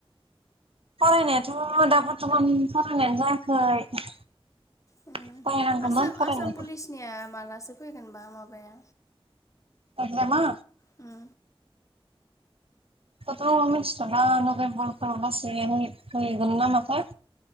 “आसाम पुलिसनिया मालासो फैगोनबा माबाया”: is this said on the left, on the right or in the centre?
Left